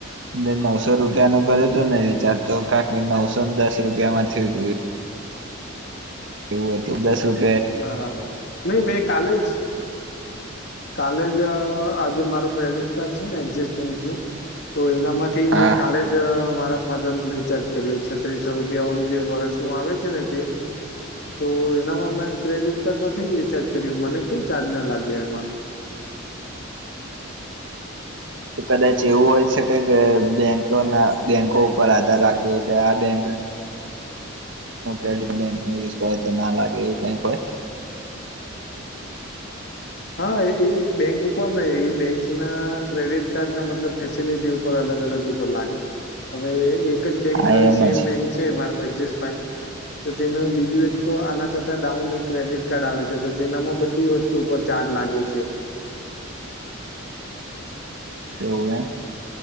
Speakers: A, on the right (about 60°); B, on the left (about 55°).
A: નવસો રૂપિયા નું કર્યું હતું ને રિચાર્જ તો નવસો ને દસ રૂપિયામાં થયું હતું. એવું હતું દસ રૂપ
B: બરાબર નહી મે કાલે જ કાલે જ આજે મારું ક્રેડિટ કાર્ડ છે ને એક્સિસ બેંક નું તો એનામાંથી
A: હા
B: મેં કાલે જ મારા ફાધર નું રિચાર્જ કર્યું છત્રીસો રૂપિયા વાળું જે વર્ષનું આવે છે ને તે. તો એનામાં મેં ક્રેડિટ કાર્ડ માંથી જ રિચાર્જ કર્યું મને કોઈ ચાર્જ ના લાગ્યો એમાં.
A: તો કદાચ એવું હોય શકે કે બેંકો ના બેંકો ઉપર આધાર રાખતું હોય કે આ બેંક ક્રેડિટ બેંક ન યુઝ કરે તો ના લાગે એવું કંઈક હોય?
B: હા એ બેંક ઉપર એ બેંક ના ક્રેડિટ કાર્ડ ના મતલબ ફેસિલિટી ઉપર અલગ અલગ ઉપર લાગે હવે એક એક જ બેંક
A: હા
B: હવે
A: એમ
B: સેમ
A: જ
B: બેંક છે મારું એક્સસ બેંક તો તેનું બીજું એક તો આના કરતા ડાઉન એક ક્રેડિટ કાર્ડ આવે છે તો તેનામાં બધી વસ્તુ પર ચાર્જ લાગે છે.
A: એવું હે